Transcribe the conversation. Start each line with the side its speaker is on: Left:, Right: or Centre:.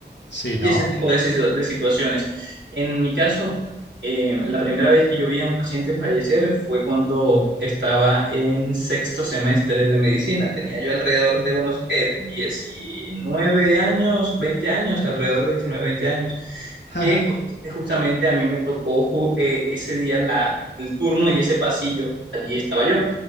Left: Sí,
Right: y
Left: ¿no?
Right: ese tipo de, situ- de situaciones. En mi caso, eh, la primera vez que yo vi a un paciente fallecer fue cuando estaba en sexto semestre de medicina. Tenía yo alrededor de unos eh, 19 años, 20 años, alrededor de 19 20 años.
Left: <laughs>
Right: Que ju- justamente a mí me tocó ju- eh, ese día la- el turno y ese pasillo. Allí estaba yo.